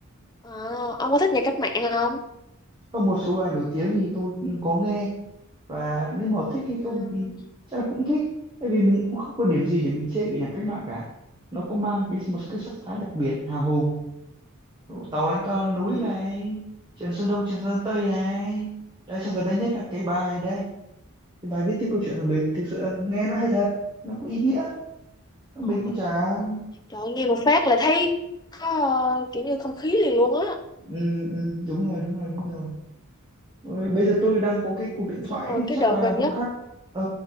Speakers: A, on the left; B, on the right.
A: à, ông có thích nhạc cách mạng không
B: có một số bài nổi tiếng thì tôi cũng có nghe và nếu mà thích hay không
A: ừ,
B: thì chắc là cũng thích tại vì mình cũng không có điểm gì để mình chê cái nhạc cách mạng cả nó có mang cái một cái sắc thái đặc biệt hào hùng tàu anh có núi
A: đúng
B: này
A: rồi
B: chuyện Sơn Đông chuyện Sơn Tây này đây xong gần đây nhất là cái bài đây cái bài viết tiếp câu chuyện của mình thực sự là nghe nó hay thật nó cũng ý nghĩa mình
A: Đúng
B: cũng chả
A: Trời ơi, nghe một phát là thấy có ờ, kiểu như không khí liền luôn á.
B: ừ, ừ, đúng rồi đúng rồi đúng rồi Ôi, bây giờ tôi đang có cái cuộc điện thoại
A: Xong rồi
B: ấy,
A: cái
B: chắc
A: đợt
B: là
A: gần
B: lúc
A: nhất.
B: khác ừ